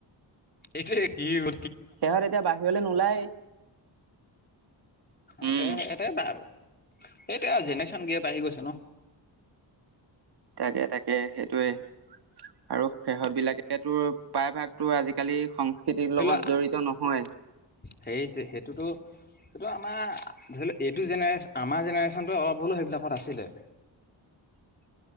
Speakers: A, on the left; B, on the right.
A: <unintelligible> কি গ
B: সিহঁত এতিয়া বাহিৰলৈ নোলায় উম,
A: ইতে সেইটোয়ে আৰু জেনেৰেশ্যন গেপ আহি গৈছ ন
B: তাকে তাকে সেইটোৱে আৰু শেহত বিলাকে তো প্ৰায়ভাগতো আজিকালি <inaudible> খেতিৰ
A: ধৰি
B: লগত
A: লোৱা
B: জড়িত নহয়।
A: সেই সেইটোতো সেইটো আমাৰ, ধৰি লওক- এইটো জেনেৰেশ্যন আমাৰ জেনেৰেশ্যনটো অলপ হ'লেও সেইবিলাকত আছিলে।
B: <inaudible>